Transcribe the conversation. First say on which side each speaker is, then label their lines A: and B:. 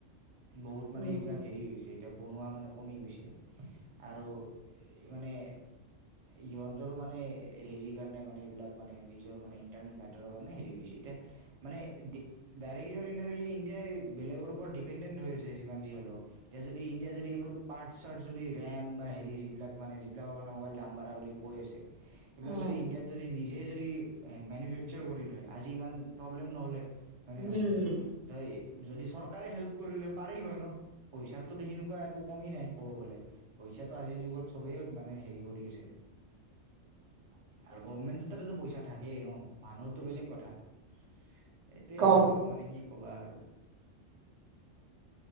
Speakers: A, on the right; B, on the right.
A: বহুত মানে
B: উম।
A: সেইবিলাক হেৰি হৈ গৈছে এতিয়া বনোৱা মানে কমি গৈছে আৰু মানে ইহঁতৰ মানে হেৰিৰ কাৰণে মানে, এইবিলাক মানে নিজৰ মানে ইণ্টাৰনেল মেটাৰৰ কাৰণে হেৰি হৈছে, এতিয়া মানে ডাইৰেক্টলি, ইনডাইৰেক্টলি ইণ্ডিয়াই বেলেগৰ ওপৰত ডিপেণ্ডেণ্ট হৈ আছে যিমান যি হ'লেও। এতিয়া যদি ইণ্ডিয়া যদি এইবোৰ পাৰ্ট চাৰ্ট যদি ৰেম বা হেৰি যিবিলাক মানে যিবিলাকৰ কাৰণে মোবাইল দাম বাঢ়া বুলি কৈ আছে সেইবিলাক
B: উম,
A: যদি ইণ্ডিয়াত যদি নিজেই যদি মেনুফেকচাৰ কৰি লয়, আজি ইমান প্ৰব্লেম নহ'লে। হয়
B: উম,
A: নে নহয়? ত' যদি চৰকাৰে হেল্প কৰিলে পাৰিল হয় ন, পইচাটো সেনেকুৱা একো কমি নাই ক'ব গ'লে, পইচাটো আজিৰ যুগত চবেই মানে হেৰি কৰি আছে। আৰু গভমেণ্টততো পইচা থাকেই ন, মানুহৰতো বেলেগ কথা। সেইটোৱেইটো
B: কওক।
A: আৰু মানে কি ক'বা আৰু।